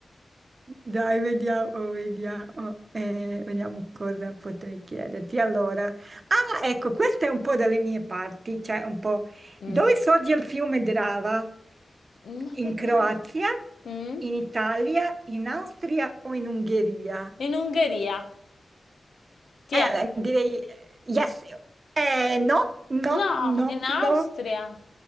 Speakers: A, on the right; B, on the left.
A: Dai, vediamo, vediamo, eh, vediamo cosa potrei chiederti. Allora, ah, ecco, questa è un po' dalle mie parti, cioè un po'
B: Mm.
A: dove sorge il fiume Drava?
B: Ma
A: In
B: che
A: Croazia,
B: cavolo? Mm?
A: in Italia, in Austria o in Ungheria?
B: In Ungheria. Tiè.
A: Eh, beh, direi eh, yes. Eh, no, no,
B: No,
A: no,
B: in Austria.
A: no.